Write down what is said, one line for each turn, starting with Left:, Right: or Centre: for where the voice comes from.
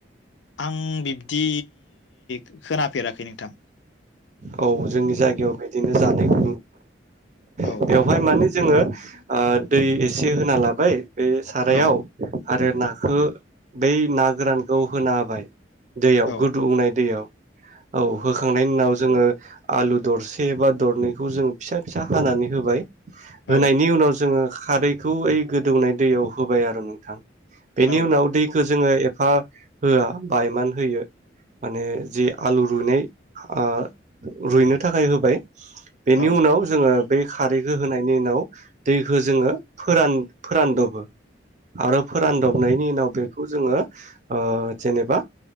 Left: आं बिब्दि खो-खोना फेराखै नोंथां।
Right: औ जोंनि जायगायाव बेदिनो जानायखौ
Left: औ
Right: <unintelligible> बेवहाय माने जोङो ओ दै एसे होना लाबाय बे सारायाव
Left: औ
Right: आरो ना खो बै ना गोरानखौ होना होबाय। दैयाव
Left: औ
Right: गोदौनाय दैयाव औ होखांनायनि उनाव जोङो आलु दरसे बा दरनैखौ जोङो फिसा फिसा हानानै होबाय। होनायनि
Left: औ
Right: उनाव जोङो खारैखौ ओइ गोदौनाय दैयाव होबाय आरो नोंथां। बेनि
Left: औ
Right: उनाव दैखो जोङो ए खा होआ बायमान होयो माने जि आलु रुइनाय आ रु-रुइनो थाखाय होबाय। बेनि
Left: औ
Right: उनाव जोङो बै खारैखौ होनायनि उनाव दैखौ जोङो फोरान फोरानदबो आरो फोरानदबनायनि उनाव बेखौ जोङो ओ जेनेबा